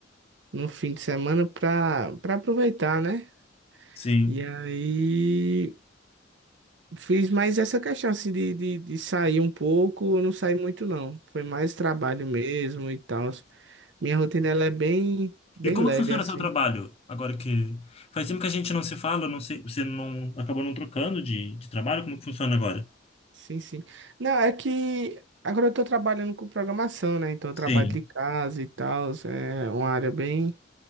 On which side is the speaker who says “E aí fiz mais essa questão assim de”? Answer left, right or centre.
Right